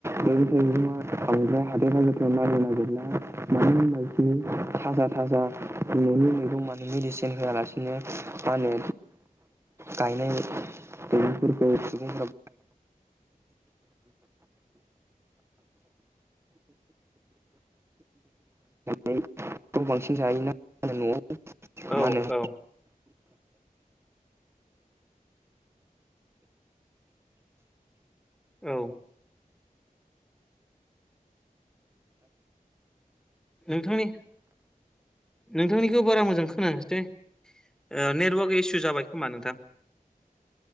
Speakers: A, on the right; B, in the centre.
A: मैगं थाइगंआ बांद्राय हादोर आरिफ्राव नांनो नागिरला मानो होनबा बिसोर थाजा थाजा ननि मैगं माने मेडिसिन होआलासिनो मा होनो गायनाय मै मैगंफोरखौ सुबुंफ्रा <inaudible> खौ बांसिन जायोना <inaudible> नआव
B: औ
A: मा होनो
B: औ औ नोंथांनि नोंथांनिखौ बारा मोजां खोनायासै दै ओ नेदवर्क इसु जाबाय खोमा नोंथां